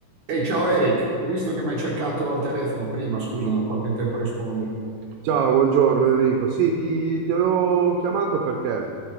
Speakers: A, on the right (about 65°); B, on the right (about 80°).
A: Ehi, ciao Eric, ho visto che mi hai cercato al telefono prima, scusa, non ho fatto in tempo a rispondere.
B: Ciao, buongiorno Enrico. Sì, ti, ti avevo chiamato perché